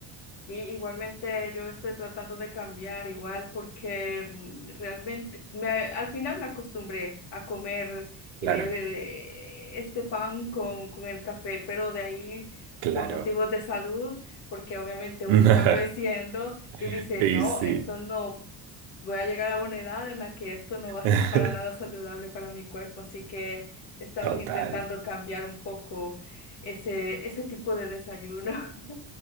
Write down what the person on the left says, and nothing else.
Sí, igualmente yo estoy tratando de cambiar igual porque mm, realmente me, al final me acostumbré a comer el,
eh, este pan con, con el café, pero de ahí
por motivos de salud, porque obviamente
uno va creciendo y dice,
no,
esto no, voy a llegar a una edad en la que esto no va a
ser para nada saludable para mi cuerpo, así que estamos
intentando cambiar un poco ese, ese tipo de desayuno. <laughs>